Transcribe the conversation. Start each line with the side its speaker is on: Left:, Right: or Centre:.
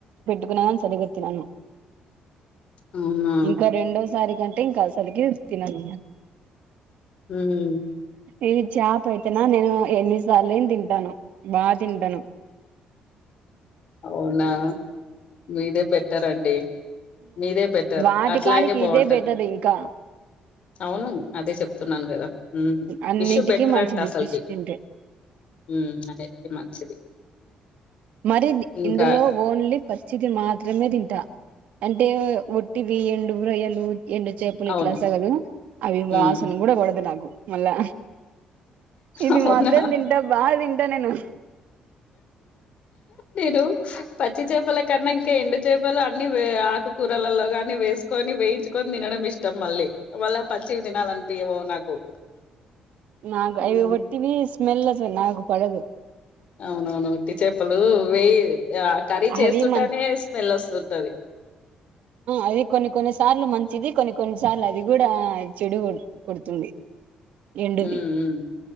Right: వండుకున్న కానీ సరిగతిన్నాను
Left: మ్మ్ అవునా
Right: ఇంకా రెండోసారి కం టే ఇంకా అసలకే తినను
Left: మ్మ్
Right: ఇది చాప్ అయితేనా నేను ఎన్నిసార్లు తింటాను బా తింటను
Left: అవునా మీదే బెటర్ అండి మీదే బెటర్
Right: వాటి
Left: అట్లాగే
Right: కాడికి
Left: బాగుంటది
Right: ఇదే బెటర్ ఇంకా
Left: అవును అదే చెప్తున్నాను కదా
Right: అన్నిటికీ
Left: ఫిష్ బెటర్
Right: మంచిది
Left: అంటే అసలుకి
Right: ఫిష్ తింటే
Left: ఉ అనేతే మంచిది
Right: మరి
Left: ఇంకా
Right: ఇందులో ఓన్లీ పచ్చిది మాత్రమే తింటా అంటే వట్టివి ఎండు రొయ్యలు ఎండు చేపులు
Left: అవును.
Right: ఇట్లా సగల అవి
Left: హ్మ్.
Right: వాసన కూడా కొడదు నాకు మళ్ళా ఇది
Left: అవునా?
Right: మాత్రం తింటా బాగా తింటా నేను
Left: నేను పచ్చి చేపల కన్నా ఇంకా ఎండు చేపలు అన్ని ఆకుకూరలలో గాని వేసుకొని వేయించుకొని తినడం ఇష్టం మళ్ళీ మళ్ళ పచ్చికి తినాలనిపియవు నాకు
Right: నాకు
Left: హ్మ్.
Right: అయివి ఒట్టివి స్మెల్ అసలు నాకు పడవు
Left: అవునవును ఉట్టి చేపలు వేయేది ఆ కర్రీ చేస్తుంటేనే
Right: అవి మ
Left: స్మెల్ వస్తుంటది
Right: అది కొన్ని కొన్ని సార్లు మంచిది కొన్ని కొన్ని సార్లు అది కూడా చెడు కొడుతుంది ఎండువి
Left: హ్మ్. హ్మ్.